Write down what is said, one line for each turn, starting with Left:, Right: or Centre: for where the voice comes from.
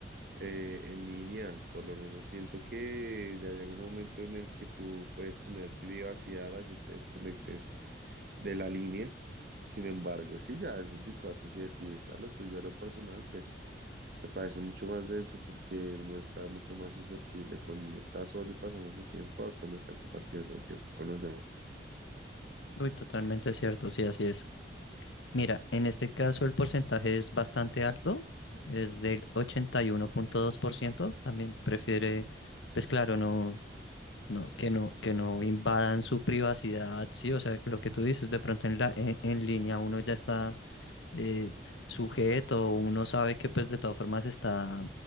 Right: eh, en línea, por lo menos. Siento que ya llega un momento en el que tú puedes tener privacidad así te desconectes de la línea. Sin embargo, si ya es veinticuatro siete y es a lo tuyo, a lo personal, pues me parece mucho más denso porque uno está mucho más susceptible cuando está solo y pasando su tiempo a cuando está compartiendo tiempo con los demás.
Left: Uy, totalmente cierto, sí, así es. Mira, en este caso el porcentaje es bastante alto, es del ochenta y uno punto dos por ciento También prefiere, pues claro, no, no, que no, que no invadan su privacidad, sí, o sea, lo que tú dices, de pronto en la, en en línea uno ya está eh, sujeto, uno sabe que pues de todas formas está